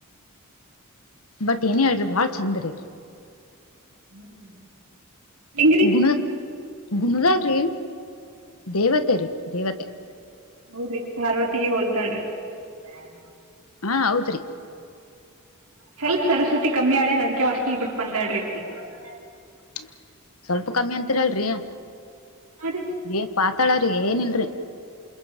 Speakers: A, on the left; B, on the right.
A: ಬಟ್, ಏನೇ, ಹೇಳ್ರಿ! ಬಹಳ, ಚಂದ್ರಿ. <inaudible>
B: <unintelligible> <inaudible> ಹೆಂಗ್ರಿ
A: ಗುಣದು, ಗುನ್ನಾಧಾರಿ, ದೇವತೆ, ರೀ, ದೇವತೆ. <inaudible>
B: ಹೌದ್ರಿ, ಪಾರ್ವತಿಗೆ, ಹೋಲ್ತಾಳ್ರಿ. <inaudible>
A: ಹಾ, ಹೌದ್ರಿ! <inaudible>
B: ಸ್ವಲ್ಪ, ಸರಸ್ವತಿ, ಕಮ್ಮಿ, ಆಳೆ ಅದಕ್ಕೆ ಹಾಸ್ಟೆಲ್, ಬಿಟ್ಟು, ಬಂದರುಳಿರಿ. <unintelligible>
A: ಛೂ. <unintelligible> ಸ್ವಲ್ಪ, ಕಮ್ಮಿ ಅಂತಿರಲ್ರಿ? <inaudible>
B: ಹಾ ರೀ
A: ಏ, ಪಾತಾಳ್ರೀ, ಏನು, ಇಲ್ರಿ. <inaudible>